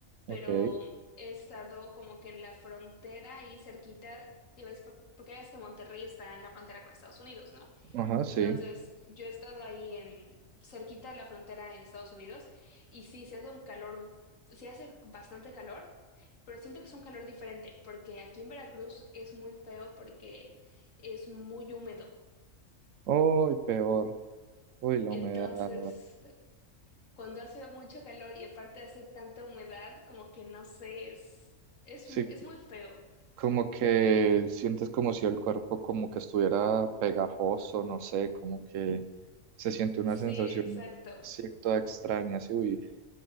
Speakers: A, on the left (about 85°); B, on the right (about 80°).
A: pero
B: ok,
A: he estado como que en la frontera ahí cerquita, ya ves, por- porque ya ves que Monterrey está en la frontera con Estados Unidos, ¿no?
B: ajá, sí.
A: Entonces, yo he estado ahí en cerquita de la frontera en Estados Unidos y sí, se hace un calor, sí hace bastante calor, pero siento que es un calor diferente porque aquí en Veracruz es muy feo porque es muy húmedo.
B: Uy, peor, uy, la
A: Entonces,
B: humedad,
A: cuando hace mucho calor y aparte hace tanta humedad, como que no sé, es, es,
B: sí,
A: mu- es muy feo.
B: Como que sientes como si el cuerpo como que estuviera pegajoso, no sé, como que se siente una
A: Sí,
B: sensación
A: exacto.
B: cierta extraña, sí, uy,